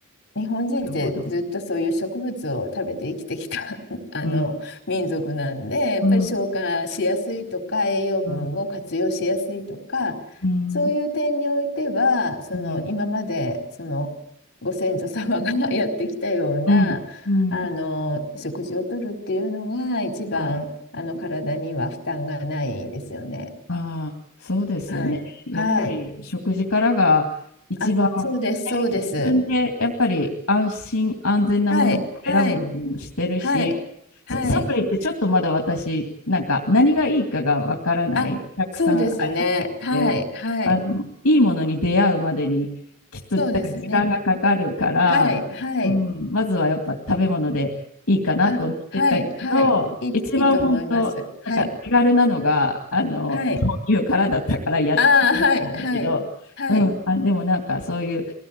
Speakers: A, on the left; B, on the left.
A: 日本人ってずっとそういう植物を食べて生きてきた
B: るほど。
A: <laughs> あの民族なんで、
B: うん、
A: やっぱり消化しやすいとか、
B: うん、
A: 栄養分を活用しやすいとか、
B: うん、うん、
A: そういう点においては、その今までそのご先祖様が
B: うん、
A: <laughs> やってきたようなあの食事をとるっていうのが一番あの体には負担がないですよね。
B: うん、うん、はい。ああ、そうですよね。
A: はい。
B: やっぱり食事からが一番
A: はい。あ、そうです、そうです。
B: 自分でやっぱり安心安全なものを選ぶようにもしてるし、
A: はい、はい、はい、はい。
B: そうサプリってちょっとまだ私、なんか何がいいかがわからない、
A: あ、
B: たくさんありすぎて、
A: そうですね。はい、はい。
B: あの、いいものに出会うまでにきっとなんから時間がかかるから、
A: そうですね。はい、はい。
B: うん、まずはやっぱ食べ物でいいかなと思ってたけど、
A: あ、はい、はい。いい、
B: 一番本当、
A: いいと思います。はい、
B: なんか手軽なのが、あの、
A: はい。
B: 豆乳からだったからやってみたんだけど、
A: ああ、はい、はい、はい。
B: うん、あ、でもなんかそういう